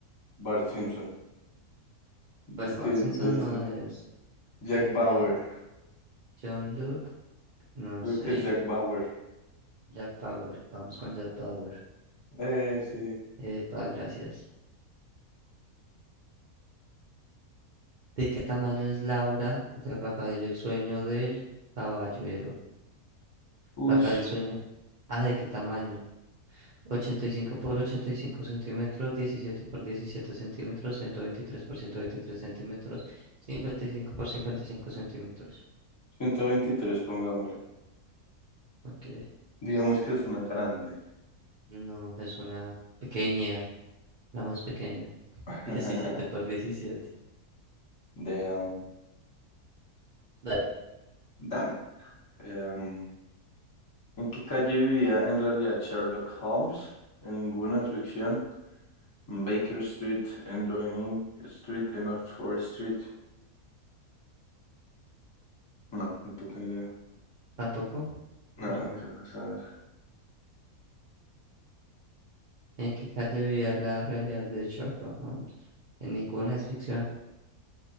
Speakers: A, on the left; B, on the right.
A: Bart Simpson.
B: Bueno,
A: Es que
B: Bart Simpson
A: ya es-
B: no es.
A: Jack
B: eh,
A: Bauer.
B: John Luke, no
A: Creo
B: sé.
A: que es Jack Bauer.
B: Jack Bauer. Vamos con Jack Bauer.
A: Eh, sí.
B: Epa, gracias. ¿De qué tamaño es la obra de Rafael el sueño del caballero?
A: Uy,
B: Rafael el sueño. Ah, ¿de qué tamaño? ochenta y cinco por 85 centímetros, 17 por 17 centímetros, 123 por 123 centímetros, 55 por 55 centímetros.
A: 123 pongámosle.
B: Ok,
A: Digamos que es una grande.
B: no, es una pequeña, la más pequeña. <laughs>
A: <laughs>
B: diecisiete por diecisiete
A: De, um,
B: Dale.
A: dame. Em, ¿en qué calle vivía en realidad Sherlock Holmes? En ninguna es ficción. En Baker Street, en Downing Street, en Oxford Street. No, ni puta idea.
B: ¿Tampoco?
A: No,
B: No.
A: qué vas a ver.
B: ¿En qué calle vivía la realidad de Sherlock Holmes? En ninguna es ficción.